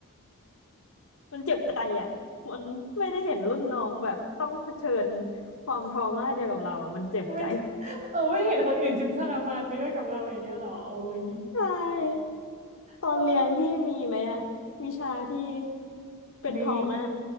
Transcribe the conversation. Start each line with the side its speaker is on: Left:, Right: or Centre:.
Left: มันเจ็บใจอ่ะ มันไม่ได้เห็นรุ่นน้องแบบต้องเผชิญความทรมาเดียวกับเรา มันเจ็บใจ
Right: ไม่เออไม่เห็นคนอื่นทุกข์ทรมานไปด้วยกับเราอย่างเงี้ยเหรอโอ้ย
Left: ใช่ตอนเรียนพี่มีไหมอ่ะวิชาที่
Right: เออ
Left: เป็นทรมา
Right: มี